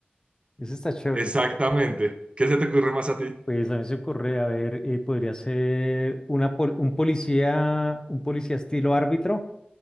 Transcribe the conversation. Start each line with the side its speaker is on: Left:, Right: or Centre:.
Left: Eso está chévere.
Right: exactamente. ¿Qué se te ocurre más a ti?
Left: Pues a mí se ocurre, a ver, eh, podría ser una, pol- un policía, un policía estilo árbitro.